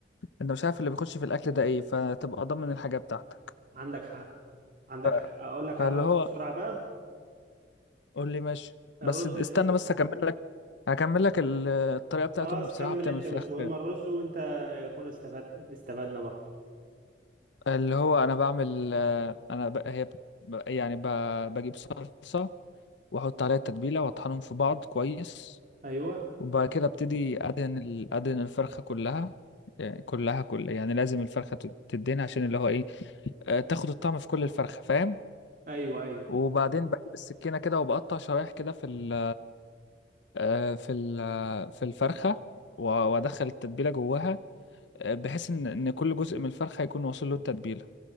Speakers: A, on the left; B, on the right.
A: انت مش عارف اللي بيخش في الاكل ده ايه فتبقى ضامن الحاجه بتاعتك
B: عندك حق عندك
A: ف-
B: حق اقول لك
A: فاللي
B: على الرز
A: هو
B: بسرعه بقى
A: قول لي ماشي
B: الرز
A: بس استنى
B: يا سيدي
A: بس هكمل لك هكمل لك ال- الطريقه بتاعت
B: خلاص
A: امي بصراحه
B: كمل
A: بتعمل
B: انت
A: فراخ
B: مش مهم الرز وانت يكون استفاد استفدنا برضه
A: اللي هو انا بعمل آه، انا ب... هي ب... يعني ب... بجيب صلصه واحط عليها التتبيله واطحنهم في بعض كويس
B: ايوه
A: وبعد كده ابتدي ادهن ال... ادهن الفرخه كلها يعني كلها كل يعني لازم الفرخه تدهن عشان اللي هو ايه آه، تاخد الطعم في كل الفرخه فاهم
B: ايوه ايوه
A: وبعدين بجيب السكينة كده وبقطع شرايح كده في ال آه، في ال آه، في الفرخة و- وأدخل التتبيلة جواها آه، بحيث إن إن كل جزء من الفرخة يكون واصل له التتبيلة